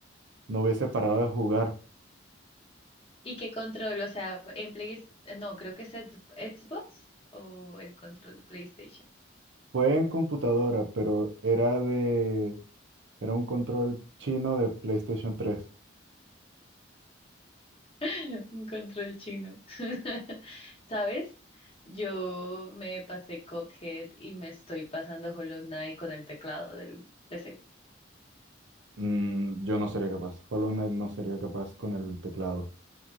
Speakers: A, on the right; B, on the left.
A: no hubiese parado de jugar.
B: ¿Y qué control? O sea, en Play... No, creo que es Ex- Xbox o el control de PlayStation.
A: Fue en computadora, pero era de... Era un control chino de PlayStation 3.
B: <laughs> Un control chino. <laughs> ¿Sabes? Yo me pasé Cuphead y me estoy pasando Hollow Knight con el teclado del PC.
A: Mm, yo no sería capaz. Hollow Knight no sería capaz con el teclado,